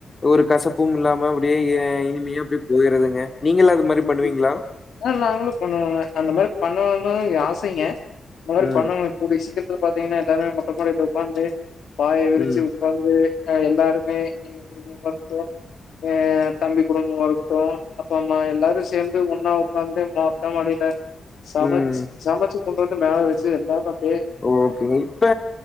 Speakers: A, on the left; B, on the left.
A: ஒரு கசப்பும் இல்லாம அப்டியே இனிமையா அப்டியே போயிறதுங்க நீங்களா அது மாதிரி
B: கண்டிப்பா.
A: பண்ணுவீங்களா
B: ஆ நாங்களு பண்ணுவோங்க அந்த மாதிரி பண்ணுன்னு ஆசைங்க அந்த மாரி
A: ம்,
B: பண்ணுங்க கூடிய சீக்கிரத்துல பாத்தீங்கனா எல்லாரும் மொட்டமொடில உக்கார்ந்து பாய் விரிச்சு
A: ம்,
B: இப்ப வந்து எல்லாருமே எங்க குடும்பமா இருக்கட்டு எ தம்பி குடும்பமா இருக்கட்டு அப்பா அம் மா எல்லாரு சேந்து ஒன்னா உக்காந்து மொட்ட மாடியில சமச்
A: ம்.
B: சமச்சி கொண்டு வந்து மேல வெச்சி எல்லாரு அப்டியே
A: ஓகேங்க இப்ப